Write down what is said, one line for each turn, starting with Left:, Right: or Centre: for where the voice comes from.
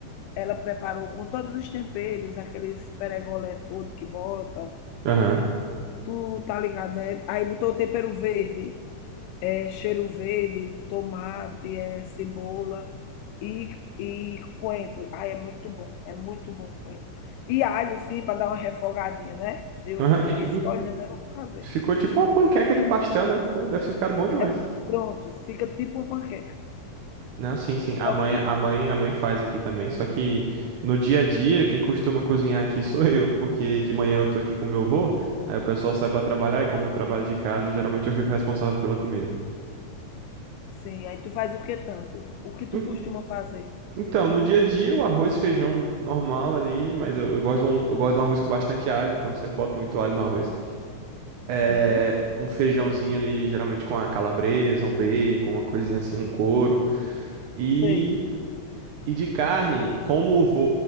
Left: ela preparou com todos os temperos, aqueles peregolé todo que bota.
Right: aham,
Left: Tu tá ligado, né? Aí botou tempero verde, é, cheiro verde, tomate, é, cebola e, e coentro. Ai, é muito bom, é muito bom o coentro. E alho, sim, para dar uma refogadinha, né? Eu
Right: aham.
Left: fiquei
Right: E- e-
Left: só olhando ela fazendo.
Right: Ficou tipo uma panqueca de pastel, né? Ficou, deve ter ficado bom demais.
Left: É pronto, fica tipo uma panqueca.
Right: Não, sim, sim. A
Left: Só
Right: mãe,
Left: que,
Right: a mãe, a mãe faz aqui também. Só que no dia a dia, quem costuma cozinhar aqui sou eu, porque de manhã eu tô aqui com meu avô, aí o pessoal sai pra trabalhar e como eu trabalho de casa, geralmente eu fico responsável pela comida.
Left: sim, aí tu faz o que tanto? O que tu
Right: En-
Left: costuma fazer?
Right: Então, no dia a dia, o arroz e feijão normal ali, mas eu, eu gosto de um, eu gosto de um arroz com bastante alho, então eu sempre boto muito alho no arroz. É
Left: Sim,
Right: um feijãozinho ali, geralmente com uma calabresa, um bacon, uma coisinha assim, um couro. E,
Left: sei.
Right: e de carne, como o vô,